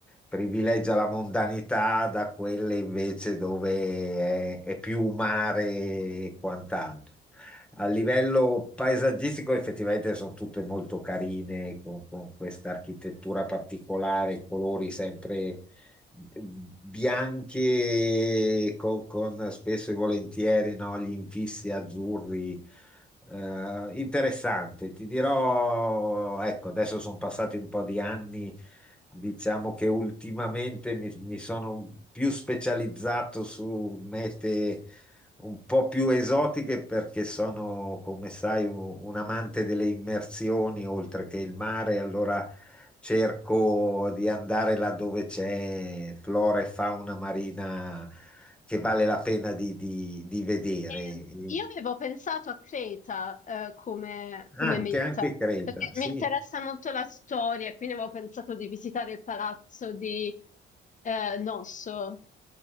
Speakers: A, in the centre; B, on the left (about 40°).
A: privilegia la mondanità da quelle invece dove è, è più mare e quant'altro. A livello paesaggistico effettivamente sono tutte molto carine, con, con questa architettura particolare, colori sempre mhmm, bianchi, con, con spesso e volentieri no, gli infissi azzurri. Eh, interessante, ti dirò, ecco, adesso sono passati un po' di anni, diciamo che ultimamente mi mi sono più specializzato su mete un po' più esotiche perché sono, come sai, un, un amante delle immersioni oltre che il mare, allora cerco di andare là dove c'è flora e fauna marina che vale la pena di, di- di vedere.
B: Ehm,
A: E
B: Io avevo pensato a Creta, eh, come, come
A: Anche,
B: meta,
A: anche Creta,
B: perché
A: sì,
B: mi interessa molto la storia, quindi avevo pensato di visitare il palazzo di eh, Nosso.